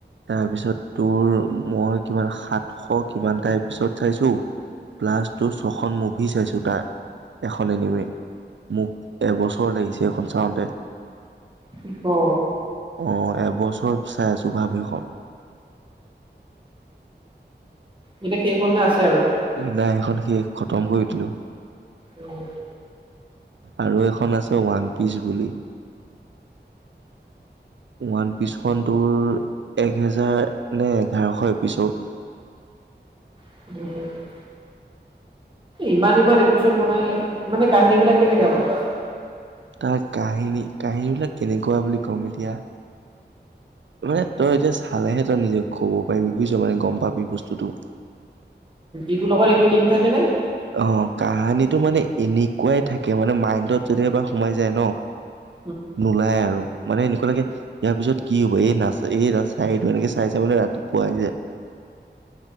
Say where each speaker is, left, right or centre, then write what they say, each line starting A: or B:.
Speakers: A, on the right; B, on the right.
A: তাৰপিছত তোৰ মই কিমান সাতশ কিমানটা এপিছড চাইছো প্লাছ তোৰ ছখন মুভি চাইছো তাৰ এখন এনিমি মোক এবছ চৰ লাগিছে এখন চাওঁতে
B: কি কঅ
A: অঁ এবছৰ চাই আছো ভাব এখ
B: এতিয়া শেষ হল নে আছে আৰু
A: হুম নাই সেইখন শেষ খতম কৰি দিলো
B: উম
A: আৰু এখন আছে ওৱান পিচ বুলি ওৱান পিচখন তোৰ এক হেজাৰ নে এঘাৰশ এপিছড
B: উম ইমান ইমান এপিচদ বনাই মানে কাহিনী বিলাক কেনেকা মানে তাত
A: তাৰ কাহিনী কাহিনীবিলাক কেনেকুৱা বুলি ক'ম এতিয়া মানে তই এতিয়া চালেহে তই নিজে ক'ব পাৰি বুজিছ মানে গম পাবি বস্তুতটো।
B: ইটোৰ লগত এইটো লিংক থাকে নে?
A: অ' কাহানীটো মানে এনেকুৱাই থাকে মানে মাইণ্ডত যদি এবাৰ সোমাই যায় ন'
B: <inaudible>
A: নোলায় আৰু। মানে এনেকুৱা লাগে ইয়াৰ পিছত কি হ'ব এই নাচ, এই চাইটো এনেকে চাই চাই মানে ৰাতিপুৱাই যায়।